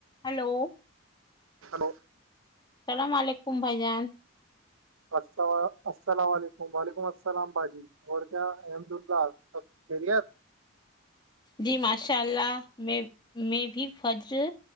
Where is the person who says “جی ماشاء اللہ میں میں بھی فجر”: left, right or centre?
Left